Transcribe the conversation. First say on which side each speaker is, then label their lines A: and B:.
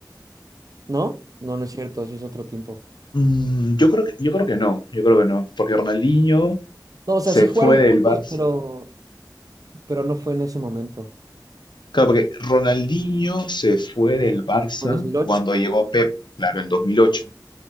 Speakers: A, on the right; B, on the left.
A: ¿no? No, no es cierto, eso es otro tiempo.
B: Mm, yo creo que, yo creo que no, yo creo que no. Porque Ronaldinho
A: No, o sea,
B: se
A: sí jugaron
B: fue del
A: juntos,
B: Barça.
A: pero, pero no fue en ese momento.
B: Claro, porque Ronaldinho se fue del Barça
A: Fue dos mil ocho
B: cuando llegó Pep, claro, en 2008.